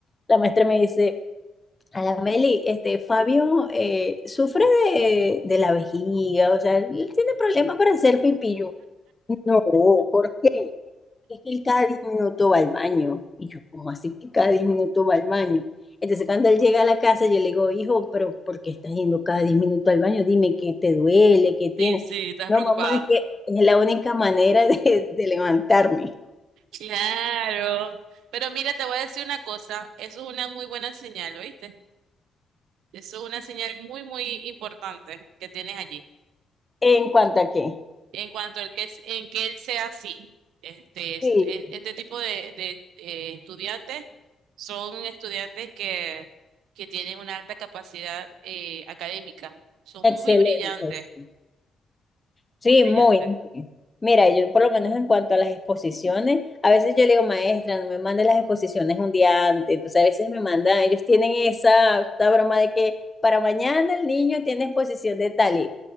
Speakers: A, on the left; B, on the right.
A: la maestra me dice, Meli, este, Fabio eh, sufre de, de la vejiga, o sea, él tiene problemas para hacer pipillo. No, ¿por qué? Es que él cada 10 minutos va al baño. Y yo, ¿cómo así que cada 10 minutos va al baño? Entonces, cuando él llega a la casa, yo le digo, hijo, pero ¿por qué estás yendo cada 10 minutos al baño? Dime qué te duele, qué tiene.
B: Sí, sí, estás
A: No,
B: preocupada.
A: mamá, es que es la única manera de, de levantarme.
B: Claro. Pero mira, te voy a decir una cosa, eso es una muy buena señal, ¿oíste? Eso es una señal muy, muy importante que tienes allí.
A: ¿En cuanto a qué?
B: en cuanto al que es, en que él sea así. Este, es-
A: Sí,
B: es- este tipo de, de, eh, estudiantes son estudiantes que, que tienen una alta capacidad eh, académica. Son
A: excelente.
B: muy brillantes,
A: sí. Sí,
B: muy brillantes.
A: muy, muy. Mira, yo por lo menos en cuanto a las exposiciones, a veces yo le digo, maestra, no me mande las exposiciones un día antes. Entonces a veces me mandan, ellos tienen esa, esta broma de que para mañana el niño tiene exposición de tal y